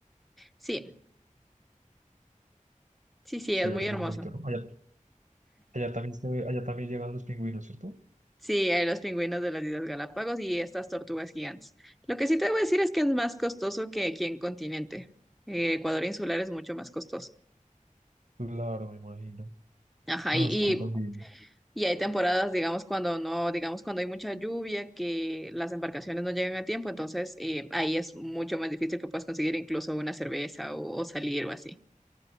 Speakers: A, in the centre; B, on the right (about 65°).
A: Sí, sí, sí,
B: Chévere,
A: es muy hermoso.
B: es bonito, ¿no? Allá, allá también se ve- allá también llegan los pingüinos, ¿cierto?
A: Sí, hay los pingüinos de las Islas Galápagos y estas tortugas gigantes. Lo que sí te voy a decir es que es más costoso que aquí en continente. Eh, Ecuador insular es mucho más costoso.
B: Claro, me imagino.
A: Ajá,
B: No,
A: y,
B: es que también.
A: Y hay temporadas, digamos, cuando no, digamos, cuando hay mucha lluvia, que las embarcaciones no llegan a tiempo, entonces eh, ahí es mucho más difícil que puedas conseguir incluso una cerveza o, o salir o así.